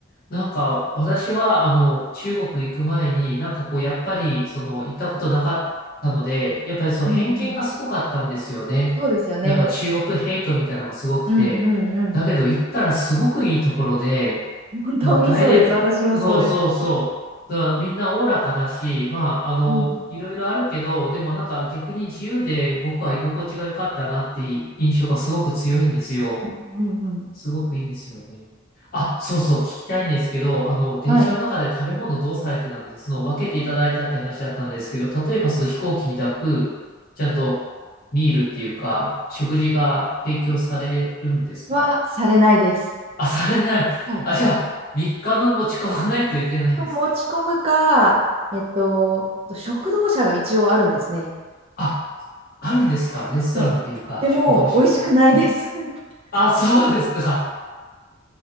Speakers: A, on the left (about 50°); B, on the right (about 30°).
A: なんか、私は、あの、中国行く前に、なんかこう、やっぱり、その、行ったことなかったので、やっぱりその偏見がすごかったんですよね。
B: うんうん。そうですよね。
A: なんか中国ヘイトみたいなのがすごくて、
B: うんうんうん。
A: だけど行ったらすごくいいところで、
B: 本当にそうです。
A: もう大連と、
B: 私もそうです。
A: そうそうそう、だからみんなおおらかだし、まあ、あの、
B: うん
A: いろいろあるけど、でもなんか逆に自由で僕は居心地が良かったなっていう印象がすごく強いんですよ。
B: うんうん。
A: すごくいいですよね。あ、そうそう、聞きたいんですけど、あの、電車の中で食べ物どうされてたんですかその、
B: はい。
A: 分けていただいたって話だったんですけど、例えばその飛行機みたく、ちゃんとミールっていうか、食事が提供されるんですか
B: はされないです。
A: あ、されない。
B: はい。
A: あ、じゃあ、3日分持ち込まないといけないんですね。
B: 持ち込むか、えっと、食堂車が一応あるんですね。
A: あ、あるんですかレストランっていうか、
B: はい。でも、
A: 食堂車が。
B: 美味しくないです。
A: うん
B: <laughs>
A: あ、そうですか。